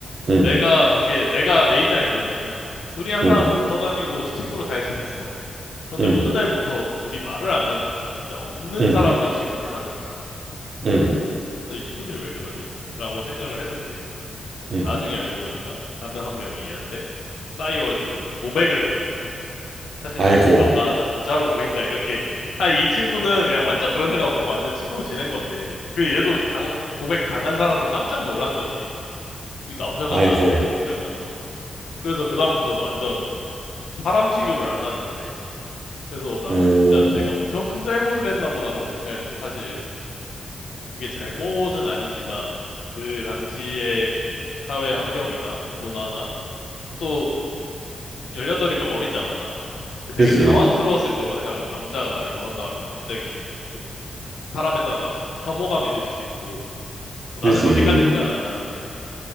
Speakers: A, on the right; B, on the left.
A: 응,
B: 내가 당시에 내가 내 입장에서 보기에는 둘이 항상
A: 응,
B: 붙어 다니고 친구로 잘 지냈어. 그런데
A: 응.
B: 어느 날부터 둘이 말을 안 하는 거야. 진짜 없는
A: 응,
B: 사람을 취급을 하는 거야.
A: 응,
B: 그래서 이 친구들이 왜 그러지? 라고 생각을 했는데
A: 응.
B: 나중에 알고 보니까 다른 한 명이 얘한테 싸이월드로 고백을 했던 거야. 사실
A: 아이고,
B: 나는 너가 남자로 보인다 이렇게 아 이 친구는 그냥 완전 그런 애가 없고 완전 친구로 지낸 건데 그 얘도 당 고백 당한 사람도 깜짝 놀란 거지 이 남자가
A: 아이고.
B: 나한테 이러면서 그래서 그다음부터 완전 사람 취급을 안 하는 거야 이 친구 그래서 나는
A: 음,
B: 진짜 제가 엄청 큰 잘못을 했나 보다라고 생각했는데 사실 그게 잘못은 아니지만 그 당시의 사회 환경이나 문화나 또 18이면 어리잖아. 그 되게
A: 그지,
B: 당황스러웠을 거라고 생각해요. 남자가 나를 좋아한다 하면 갑자기 좀 사람에 따라 혐오감이 들 수도 있고. 나는
A: 그지.
B: 그렇게까지 생각 안 하는데.